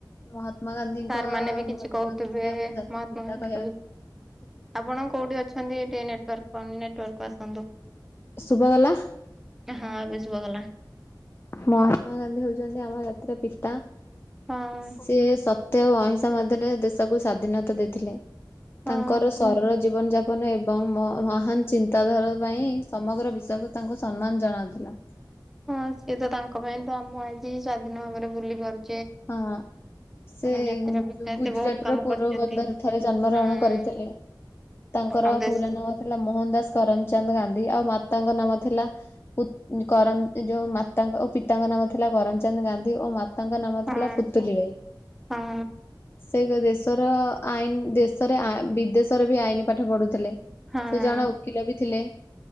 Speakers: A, on the left; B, in the centre.
A: ମହାତ୍ମା ଗାନ୍ଧୀଙ୍କ
B: ସାର୍ ମାନେ ବି କିଛି
A: ମହାତ୍ମା
B: କହୁଥିବେ
A: ଗାନ୍ଧୀ ଥିଲେ ଆମର ଜାତିର
B: ମହାତ୍ମା
A: ପିତା
B: ଗାନ୍ଧୀଙ୍କ
A: କହିବା
B: ବି ଆପଣ କୋଉଠି ଅଛନ୍ତି ଏ ଟିକେ ନେଟୱାର୍କ ପାଉନି ନେଟୱାର୍କ କୁ ଆସନ୍ତୁ।
A: ଶୁଭାଗଲା?
B: ହଁ ଏବେ ଶୁଭାଗଲା।
A: ମହାତ୍ମା ଗାନ୍ଧୀ ହଉଛନ୍ତି ଆମ ଜାତିର ପିତା
B: ହଁ
A: ସିଏ ସ ତ୍ୟ ଓ ଅହିଂସା ମଧ୍ୟରେ ଦେଶକୁ ସ୍ଵାଧୀନତା ଦେଇଥିଲେ।
B: ହଁ
A: ତାଙ୍କର ସରଳ ଜୀବନ ଯାପ ବନ ଏବଂ ମ ମହାନ ଚିନ୍ତାଧାରା ପାଇଁ ସମଗ୍ର ବିଶ୍ଵକୁ ତାଙ୍କୁ ସମ୍ମାନ ଜଣାଉଥିଲା।
B: ହଁ ସିଏ ତ ତାଙ୍କ ପାଇଁ ତ ଆମ ଆଜି ସ୍ଵାଧୀନ ଭାବରେ ବୁଲି ପାରୁ
A: ହଁ। ସେ
B: ଜାତିର ବିକାଶେ
A: ଯଉ ଗୁଜୁରାଟର
B: ବହୁତ କାମ
A: ପୋରବନ୍ଦର
B: କରିଛନ୍ତି।
A: ଠାରେ ଜନ୍ମ
B: ହଁ
A: ଗ୍ରହଣ କରିଥିଲେ। ତାଙ୍କର
B: ଆମ ଦେଶ
A: ପୁରା ନାମ ଥିଲା ମୋହନ ଦାସ କରମଚାନ୍ଦ ଗାନ୍ଧୀ ଆଉ ମାତାଙ୍କ ନାମ ଥିଲା ଉ କରମ ଯୋଉ ମାତାଙ୍କ ପିତାଙ୍କ ନା ଥିଲା କରମଚନ୍ଦ ଗାନ୍ଧୀ ଓ ମାତାଙ୍କ ନାମ
B: ହଁ
A: ଥିଲା ପୁତୁଲି ବାଇ।
B: ହଁ
A: ସେ ଦେଶର ଆଇନ ଦେଶରେ ଆ ବି ବିଦେଶରେ ବି ଆଇନ ପାଠ ପଢୁଥିଲେ
B: ହଁ।
A: ସେ ଜଣେ ଓକିଲ ବି ଥିଲେ